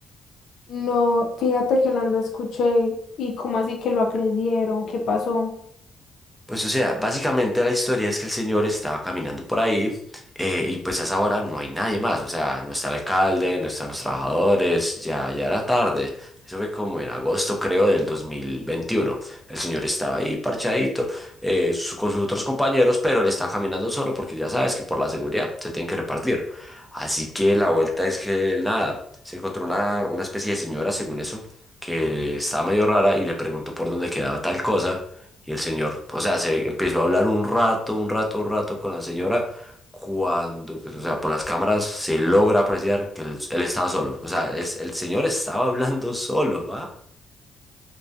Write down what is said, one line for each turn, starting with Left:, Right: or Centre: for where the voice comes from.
Left: No, fíjate que no lo escuché y cómo así que lo agredieron, qué pasó.
Centre: Pues o sea, básicamente la historia es que el señor estaba caminando por ahí eh, y pues a esa hora no hay nadie más, o sea, no está el alcalde, no están los trabajadores, ya, ya era tarde. Eso fue como en agosto, creo, del 2021. El señor estaba ahí parchadito eh, su- con sus otros compañeros, pero él estaba caminando solo porque ya sabes que por la seguridad se tienen que repartir. Así que la vuelta es que nada, se encontró una, una especie de señora, según eso, que estaba medio rara y le preguntó por dónde quedaba tal cosa. Y el señor, o sea, se empezó a hablar un rato, un rato, un rato con la señora. Cuando, pues, o sea, por las cámaras se logra apreciar que él, él estaba solo. O sea, es- el señor estaba hablando solo, ¿ah?